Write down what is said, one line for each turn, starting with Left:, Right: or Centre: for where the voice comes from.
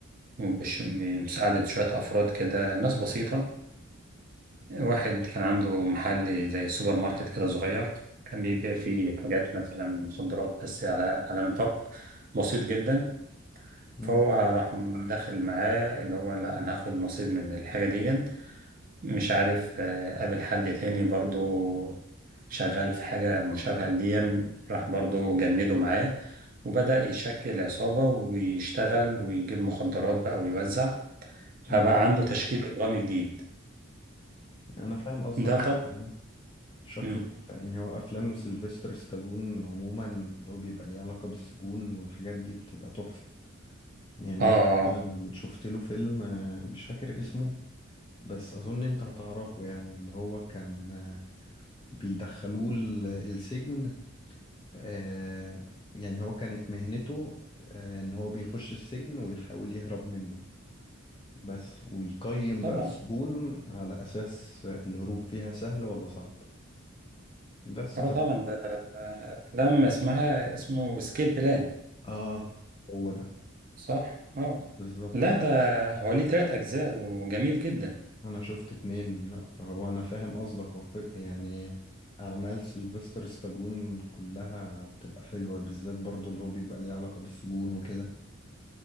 Right: وبش- بمساعدة شوية أفراد كده ناس بسيطة واحد كان عنده محل زي سوبر ماركت كده صغير كان بيبيع فيه حاجات مثلا مخدرات بس على على نطاق بسيط جدا
Left: مم.
Right: فهو راح داخل معاه اللي هو لا أنا هاخد نصيب من الحاجة دي مش عارف آه، قابل حد تاني برضو شغال في حاجة مشابهة لدي راح برضو جنده معاه وبدأ يشكل عصابة ويشتغل ويجيب مخدرات بقى ويوزع فبقى
Left: مم.
Right: عنده تشكيل إجرامي جديد
Left: انا فاهم قصدك
Right: ده
Left: هو
Right: طب
Left: شكله
Right: مم.
Left: ممتع يعني هو افلام سيلفستر ستالون عموما اللي هو بيبقى ليه علاقة بالسجون والحاجات دي بتبقى تحفة يعني
Right: آه آه
Left: انا مثلا شفت له فيلم آه، مش فاكر اسمه بس اظن انت هتعرفه يعني اللي هو كان آه، بيدخلوه ال- السجن آه، يعني هو كانت مهنته آه، ان هو بيخش السجن ويحاول يهرب منه بس ويقيم
Right: طبعا
Left: بقى السجون على أساس الهروب فيها سهل ولا صعب بس
Right: آه
Left: ف
Right: طبعا ده آه، أفلام اسمها اسمه سكيب بلان
Left: اه هو ده
Right: صح؟ آه
Left: بالظبط
Right: لا ده هو ليه تلات أجزاء وجميل جدا
Left: انا شفت اتنين لا فهو انا فاهم قصدك هو ف- يعني اعمال سيلفستر ستالون كلها بتبقى حلوة بالذات برضو اللي هو بيبقى ليه علاقة بالسجون وكده